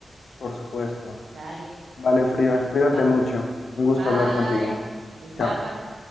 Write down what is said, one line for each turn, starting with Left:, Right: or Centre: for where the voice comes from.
Left: Por supuesto.
Right: Dale,
Left: Vale, Frida, cuídate
Right: va,
Left: mucho. Un gusto
Right: bye,
Left: hablar contigo.
Right: igual,
Left: Chao.
Right: bye.